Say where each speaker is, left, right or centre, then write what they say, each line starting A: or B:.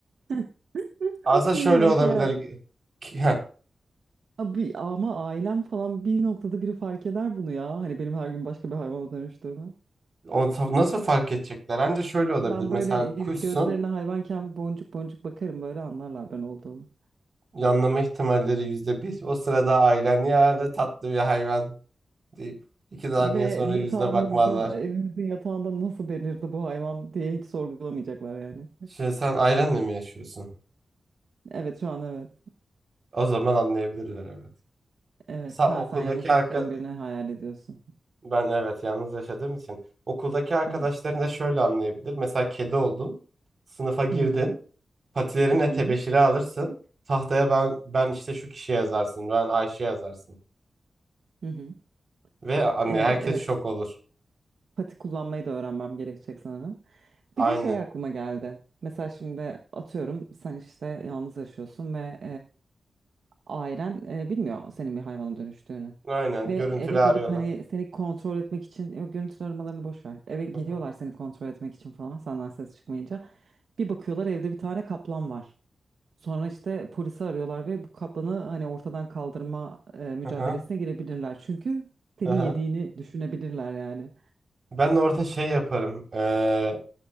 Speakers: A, on the right; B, on the right.
A: <laughs>
B: Aslında şöyle
A: Bilmiyorum
B: olabilir.
A: şey hayal-
B: ki Heh.
A: Abi, ama ailem falan bir noktada biri fark eder bunu ya. Hani benim her gün başka bir hayvana dönüştüğümü.
B: O ta- nasıl fark edecekler? Anca şöyle olabilir.
A: Ben
B: Mesela
A: böyle gö-
B: kuşsun.
A: gözlerine hayvanken boncuk boncuk bakarım böyle anlarlar ben olduğumu.
B: Yanlama ihtimalleri yüzde bir. O sırada ailen ya ne tatlı bir hayvan deyip iki saniye
A: Ve
B: sonra
A: yatağımızda,
B: yüzüne bakmazlar.
A: evimizin yatağında nasıl belirdi bu hayvan diye hiç sorgulamayacaklar yani.
B: Şimdi sen ailenle mi yaşıyorsun?
A: Evet şu an evet.
B: O zaman anlayabilirler evet.
A: Evet.
B: Sa
A: Ha
B: okuldaki
A: sen yalnız yaşayan
B: arka...
A: birini hayal ediyorsun.
B: Ben evet yalnız yaşadığım için. Okuldaki arkadaşların
A: Evet.
B: da şöyle anlayabilir. Mesela kedi oldun. Sınıfa girdin.
A: Hı hı.
B: Patilerinle
A: Hı hı.
B: tebeşiri alırsın. Tahtaya ben ben işte şu kişi yazarsın. Ben Ayşe yazarsın.
A: Hı hı.
B: Ve anne
A: Ee,
B: herkes
A: evet.
B: şok olur.
A: Pati kullanmayı da öğrenmem gerekecek sanırım.
B: Aynen.
A: Bir de şey aklıma geldi. Mesela şimdi atıyorum sen işte yalnız yaşıyorsun ve ailen e, bilmiyor senin bir hayvana dönüştüğünü.
B: Aynen.
A: Ve
B: Görüntülü
A: eve
B: arıyorlar.
A: gelip hani seni kontrol etmek için yok görüntülü aramalarını boş ver. Eve geliyorlar
B: Hı hı.
A: seni kontrol etmek için falan senden ses çıkmayınca. Bir bakıyorlar evde bir tane kaplan var. Sonra işte polisi arıyorlar ve bu kaplanı hani ortadan kaldırma e, mücadelesine
B: Hı hı.
A: girebilirler. Çünkü seni
B: Hı hı.
A: yediğini düşünebilirler yani.
B: Ben orada şey yaparım. Ee,